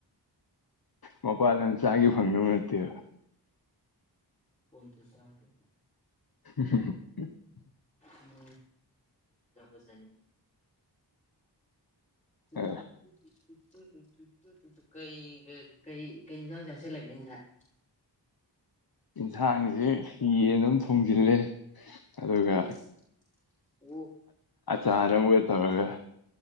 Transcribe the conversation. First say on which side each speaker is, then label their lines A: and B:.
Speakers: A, on the left (about 55°); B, on the left (about 15°).
A: ꯃꯄꯥꯟꯗ ꯆꯥꯒꯦ ꯐꯪꯗꯧ ꯅꯠꯇꯦꯕ
B: ꯇꯆꯥꯒꯦ
A: <unintelligible>
B: ꯎꯝ <inaudible> ꯆꯥꯅꯤꯡꯉꯤ ꯎꯝ
A: ꯑ
B: ꯇꯨꯇꯨꯇꯨꯇꯨꯇꯨꯇꯨ ꯀꯩꯒ ꯀꯩ ꯀꯩ ꯏꯟꯖꯥꯡ ꯆꯥꯁꯤꯜꯂꯒꯦ ꯉꯁꯥꯏ
A: ꯏꯟꯁꯥꯡꯖꯤ ꯌꯦꯟ ꯑꯝ ꯊꯣꯡꯖꯤꯜꯂꯦ ꯑꯗꯨꯒ
B: ꯏꯁ ꯑꯣ
A: ꯆꯔ ꯂꯧꯒꯦ ꯇꯧꯔꯒ